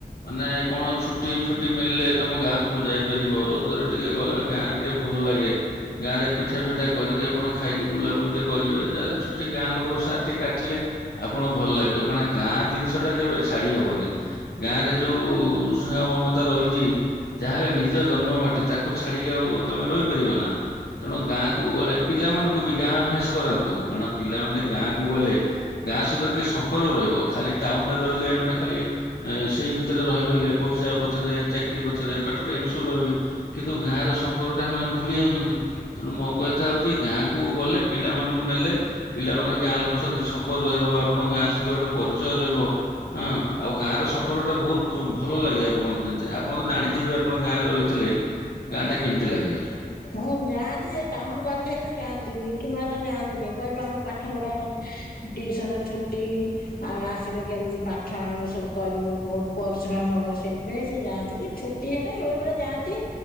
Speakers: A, on the left (about 85°); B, on the left (about 70°).
A: ମାନେ କଣ ଛୁ ଛୁଟି ଫୁଟି ମଳିଲେ ତମ ଗାଁକୁ ଯାଇପାରିବ ରଜରେ ଟିକେ ଗଲେ ଗାଁରେ ଟିକେ ଭଲ ଲାଗେ ଗାଁ ରେ ପିଠା ଫିଠା କରିକି ଆପଣ ଖାଇକି ବୁଲାବୁଲି ଟି କରିବେ ଯାହାଲେ ଛୁଟି ଗାଁ ଲୋକଙ୍କ ସା କାଟିଲେ ଆପଣଙ୍କୁ ଭଲ ଲାଗିବ କାରଣ ଗାଁ ଜିନିଷଟା କେବେ ଛାଡି ହବନି, ଗାଁ ରେ ଯୋଉ ସ୍ନେହ ମମ ତା ରହିଚି ଯାହାହେଲେ ନିଜ ଜନ୍ମ ମାଟି ତାକୁ ଛାଡିକି ଆଉ ତମେ ରହିପାରିବ ନା? ତେଣୁ ଗାଁ କୁ ଗଲେ ପିଲାମାନଙ୍କୁ ବି ଗାଁ ଅଭ୍ୟାସ କରାନ୍ତୁ, କାଣ ପିଲାମାନେ ଗାଁକୁ ଗଲେ ଗାଁ ସହିତ ଟିକେ ସମ୍ପର୍କ ରହିବ ଖାଲି ଟାଉନରେ ରହିଲେ ମାନେ ଖାଲି ସେଇ ଭିତରେ ରହିଗଲେ ପଇସା ପଛରେ ଚାକିରି ପଛରେ ପାଠ ପଢେ ଏମି ସବୁ ରହିବେ କିନ୍ତୁ ଗାଁର ସମ୍ପର୍କ ଟା ହେମାନେ ଭୁଲି ଯାଉଛନ୍ତି। ତେଣୁ ମୋ କହିବା କଥା ହଉଛି ଗାଁକୁ ଗଲେ, ପିଲାମାନଙ୍କୁ ନେଲେ ପିଲା ମାନଙ୍କ ଗାଁ ଲୋକଙ୍କ ସହିତ ସମ୍ପର୍କ ରହିବ ଆପଣଙ୍କ ଗାଁ ସହିତ ଗୋଟେ ପରିଚୟ ରହିବ। ହଁ ଆଉ ଗାଁ ର ସମ୍ପର୍କ ଟା ବହୁତ ଖୁ ଭଲ ଲାଗେ, ଆପଣ ଆପଣ ତ ଜାଣିଥିବେ ଆପଣ ଗାଁରେ ରହି ଥିଲେ ଗାଁ ଟା କେମିତି ଲାଗେ।
B: ହଁ ଯାଆନ୍ତି ଯେ କାମ କାଯ୍ୟ ହେନେ ଯାଆନ୍ତି ନିକି ମାର ଯାଆନ୍ତିନି କହିବେ ଆମେ ପାଠ ପଢା ଟିଇସନ ଛୁଟି ଆଉ ଆସିଲେ କେମିତି ପାଠ ଆଣିବୁ ସବୁ କରିବୁ ବହୁତ ପରିଶ୍ରମ ହବ ସେଇଥିପାଇଁ ସେ ଯାଆନ୍ତିନି ଛୁଟି ହେନେ ବେଳେ ବେଳେ ଯାଆନ୍ତି।